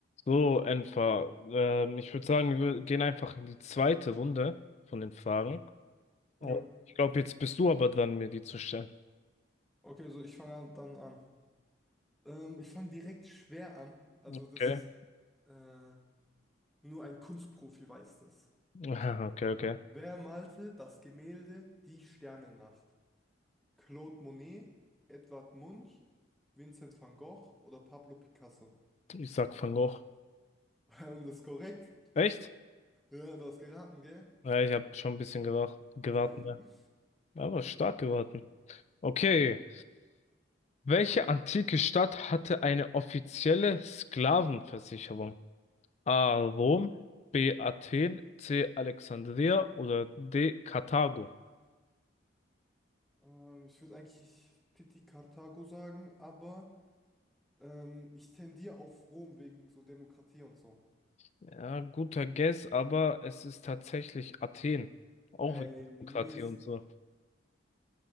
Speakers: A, on the left; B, in the centre.
A: So, Enfer, ähm, ich würde sagen, wir gehen einfach in die zweite Runde von den Fragen. Oh,
B: Jo.
A: ich glaube, jetzt bist du aber dran, mir die zu stellen.
B: Okay, so ich fange dann an. Ähm, ich fange direkt schwer an. Also
A: Okay.
B: das ist äh, nur ein Kunstprofi weiß das.
A: <laughs> Aha, Okay, okay.
B: Wer malte das Gemälde Die Sternennacht? Claude Monet, Edvard Munch, Vincent van Gogh oder Pablo Picasso?
A: Ich sag fang hoch.
B: <laughs> Und das ist korrekt.
A: Echt?
B: Ja, du hast geraten, gell?
A: Ja, ich habe schon ein bisschen gewa- gewartet,
B: <laughs>
A: ne? Aber stark gewartet. Okay. Welche antike Stadt hatte eine offizielle Sklavenversicherung? A. Rom, B. Athen, C. Alexandria oder D. Karthago?
B: Ähm, ich würde eigentlich Titi Karthago sagen, aber ähm, ich tendiere auf Rom wegen so Demokratie und so.
A: Ja, guter Guess, aber es ist tatsächlich Athen. Auch
B: Ey,
A: wegen
B: Mist.
A: Demokratie und so.